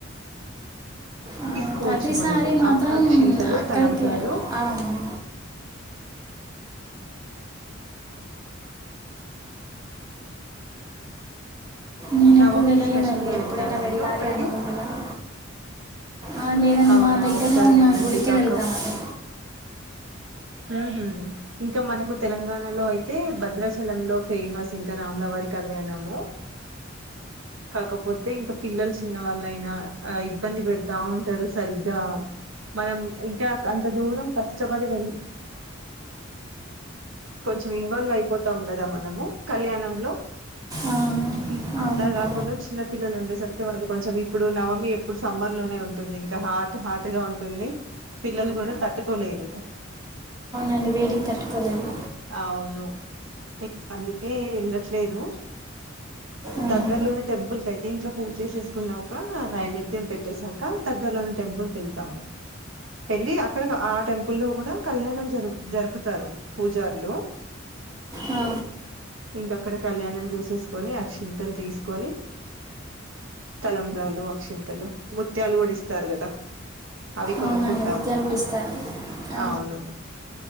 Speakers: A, on the right; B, on the right.
A: ఆ,
B: తిసుకోవచ్చు
A: ప్రతిసారి
B: మనము
A: మాత్రం
B: ఆ అక్షింతలు,
A: అక్కడికి
B: తలంబ్రాలు
A: ఆ, నేను
B: నావమికి
A: ఎప్పుడు వెళ్ళలేదండి
B: స్పెషల్గా
A: ఎప్పుడైనా
B: వెళ్తారా
A: వెళ్ళాలి
B: మీరు అక్కడికి
A: అనుకుంటున్నాను ఆ, లేదండి
B: అవునా
A: మా దగ్గరలో
B: ఒకసారి
A: ఉన్న
B: వెళ్ళండి
A: గుడికే
B: కాక
A: వెళ్తామండి
B: హ్మ్ హు ఇంక మనకు తెలంగాణలో అయితే భద్రాచలంలో ఫేమస్ ఇంక రామలవారి కళ్యాణము కాకపోతే ఇంక పిల్లలు చిన్న వాళ్ళయినా అ ఇబ్బంది పెడతా ఉంటరు సరిగ్గా మనం ఇంకా అంత దూరం కష్టపడి వెళ్ళి కొంచెం ఇన్వాల్వ్ అయిపోతాం కదా మనము కళ్యాణంలో
A: ఆ,
B: ఇ <unintelligible>
A: ఆ, అవునండి
B: అలా కాకుండా చిన్న పిల్లలు ఉండేసరికి వాళ్ళు కొంచెం ఇప్పుడు నవమి ఎప్పుడు సమ్మర్ లోనే ఉంటుంది. ఇంకా హాట్ హాట్గా ఉంటుంది పిల్లలు కూడా తట్టుకోలేరు
A: అండి వేడికి తట్టుకోలేరు
B: అవును అందుకే ఎళ్ళట్లేదు
A: ఆహా.
B: దగ్గర్లోని టెంపుల్ కయితే ఇంట్లో పూజ చె చేేసుకున్నాక నైవేద్యం పెట్టేసాక దగ్గరలోని టెంపుల్ వెళ్తాము ఎళ్ళి అక్కడ ఆ టెంపుల్ లో కూడా కళ్యాణం జరు జరుపుతారు పూజర్లు
A: ఆ,
B: ఇంక అక్కడ కళ్యాణం చూసేసుకొని అక్షింతలు తిసుకొని తలంబ్రాలు, అక్షింతలు ముత్యాలు గుడా ఇస్తారు గదా అవి కొనుక్కుంటాము
A: అవునండి ముత్యాలు కూడా ఇస్తారు ఆ,
B: అవును